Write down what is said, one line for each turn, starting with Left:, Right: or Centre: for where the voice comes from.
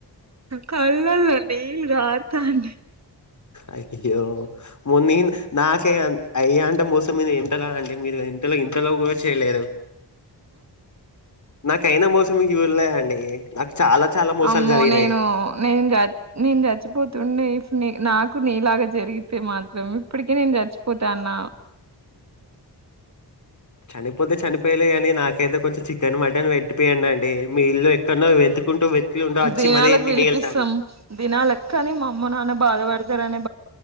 Right: కళ్ళలో నీల్ గార్ తాండి
Left: అయ్యో ఓ నీన్ నాకే అన్ అయ్య అంట మోసం మీద ఇంతలా అండి మీరు ఇంతలో ఇంతలో కూడా చేయలేదు నాకయినా మోసం మీక్ ఉర్లో అండి చాలా చాలా మోసాలు
Right: అమ్మో
Left: జరిగినాయి
Right: నేను నేను చచ్ నేను చచ్చిపోతుండే నీ నాకు నీలాగా జరిగి తే మాత్రం ఇప్పటి నేన్ జచ్ పోతనా
Left: చనిపోతే చనిపోయలే కాని నాకైతే కొంచం చికెన్ మటన్ పెట్టిపియండి అండి మీ ఇల్లు ఎక్కడన్నా వెతుకుంటూ వెతుకుంటూ వచ్చి
Right: దినాలకు
Left: మరీ తిని
Right: పిలిపిస్తాం
Left: వెళ్తాను
Right: దినాలకు కాని మా అమ్మ నాన్న బాధ పడతారనే